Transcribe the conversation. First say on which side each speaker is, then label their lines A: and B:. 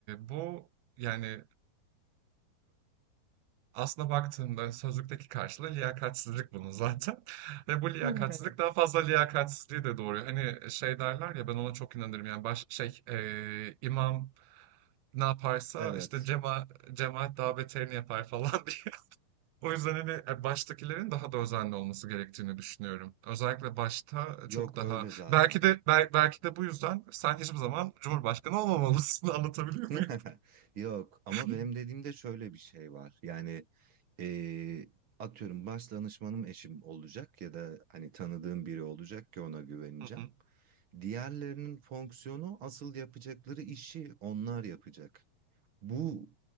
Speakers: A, on the right; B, on the right.
A: bu yani Aslına baktığında sözlükteki karşılığı liyakatsizlik bunun zaten <laughs> ve bu liyakatsizlik
B: <laughs>
A: daha fazla liyakatsizliği de doğuruyor. Hani şey derler ya ben ona çok inanırım yani baş, şey eee, imam ne yaparsa
B: Evet.
A: işte cema, cemaat daha beterini yapar falan <laughs> diye. O yüzden hani e, baştakilerin daha da özenli olması gerektiğini düşünüyorum. Özellikle başta
B: Yok
A: çok daha
B: öyle zaten.
A: belki de bel- belki de bu yüzden sen hiçbir zaman Cumhurbaşkanı olmamalısın <laughs> anlatabiliyor
B: <laughs>
A: muyum?
B: Yok ama
A: <laughs>
B: benim dediğimde şöyle bir şey var. Yani eee, atıyorum baş danışmanım eşim olacak ya da hani tanıdığım biri olacak ki ona güveneceğim.
A: Hı hı.
B: Diğerlerinin fonksiyonu asıl yapacakları işi onlar yapacak. Bu